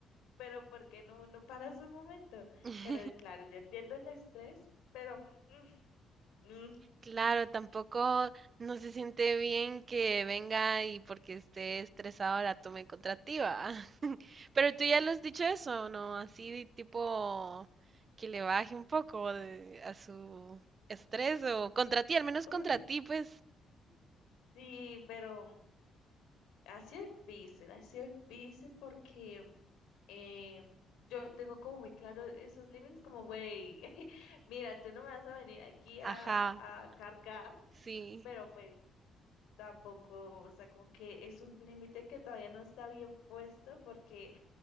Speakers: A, on the left; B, on the right.
A: Pero porque no, no paras un momento.
B: <laughs>
A: Pero claro, yo entiendo el estrés, pero mm, Ujú.
B: Claro, tampoco no se siente bien que venga y porque esté estresado la tome contra ti, ¿va? <laughs> Pero tú ya lo has dicho eso, ¿no? Así tipo que le baje un poco de- a su estrés o contra ti, al menos
A: Uy,
B: contra ti, pues.
A: sí, pero ha sido difícil, ha sido difícil porque eh, yo tengo como muy claro esos límites, como, güey, <laughs> mira, tú no me vas a venir aquí a,
B: Ajá,
A: a cargar,
B: sí.
A: pero pues tampoco, o sea, como que es un límite que todavía no está bien puesto porque